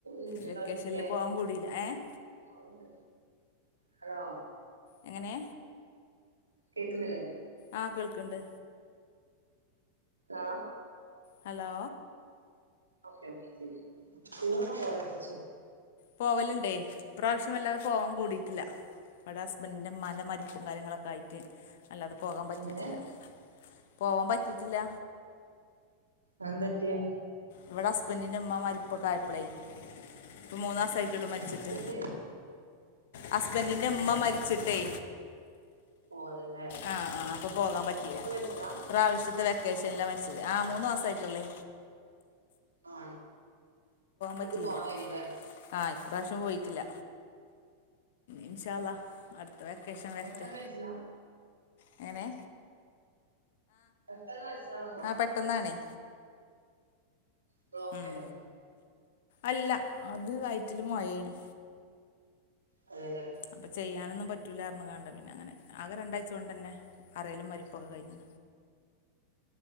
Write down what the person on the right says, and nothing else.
മിനിറ്റ്
ട്ടോ ഒരു മിനിറ്റേ
പോവാറുണ്ട് ഹലോ
കേക്കുന്നില്ലേ
ആ
ഓക്കെ ഓക്കെ ശരി ടൂറൊക്കെ പോയ ചോദിച്ചയാ
എങ്ങനെ
അതെന്തു പറ്റിയേ
ഹസ്ബൻഡ്
പോവലില്ലേ
ഇപ്പൊ മരിച്ചതാ
ആ
ഇക്ക് പോവാൻ കഴിയ്യില്ലല്ലേ
പെട്ടെന്ന് മരിച്ചതാ
പെട്ടെന്ന് മരിച്ചതായിപ്പോ
ബ്ലോക്കാരുന്നോ
അതേല്ലേ
ഉം